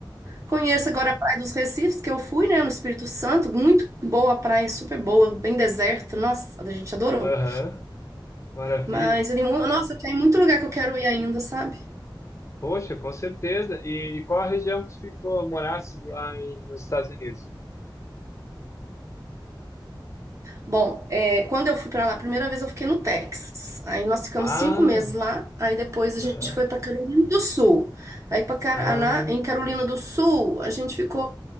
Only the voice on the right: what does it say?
Conheço agora a Praia dos Recifes, que eu fui, né, no Espírito Santo. Muito boa a praia, super boa, bem deserta. Nossa, a gente adorou.
Mas, ele, é mu- nossa, tem muito lugar que eu quero ir ainda, sabe?
Bom, é, quando eu fui pra lá, a primeira vez eu fiquei no Texas. Aí nós ficamos
cinco meses lá. Aí depois a
gente foi pra Carolina do Sul. Aí para Caraná,
em Carolina do Sul, a gente ficou